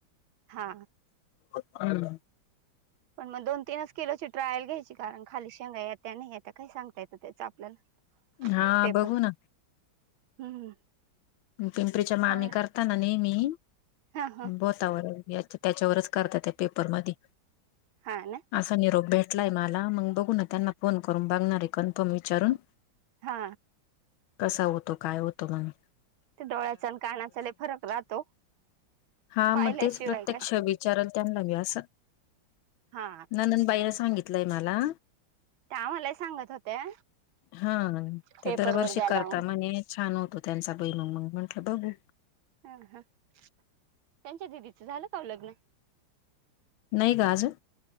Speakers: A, on the right; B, on the left.
A: हा
B: हा ना
A: पण मग दोन तीनच किलोची ट्रायल घ्यायची कारण खाली शेंगा येत्या नाही येत्या का सांगता ता येत त्याच आपल्याला
B: हा
A: ते
B: बघू
A: पण
B: ना
A: हम्म
B: पिंपरीच्या मामी
A: कारण
B: करता ना नेहमी
A: हा हा
B: बोतावर त्याच्यावरच करता त्या पेपर मधी
A: हा ना
B: असा निरोप भेटलाय मला मग बघू ना त्यांना फोन करून बघणारे कन्फर्म विचारून
A: हा
B: कसा होतो काय होतो म्हणे
A: ते डोळ्याचा अन् कानाचा लई फरक राहतो.
B: हा
A: पाहिल्याशिवाय
B: मग तेच प्रत्यक्ष
A: काय
B: विचारल त्यांना मी अस
A: हा
B: नंदन बाईला सांगितलंय मला
A: त्या आम्हालाही सांगत होत्या
B: हा ते
A: पेपर
B: दरबार
A: वर द्यायला
B: शिकारता
A: लावून
B: म्हणे छान होतो त्यांचा बहिरुम मग म्हंटलं बघू
A: हा हा त्यांच्या दिदीचं झालं का ओ लग्न
B: नाही ग आजून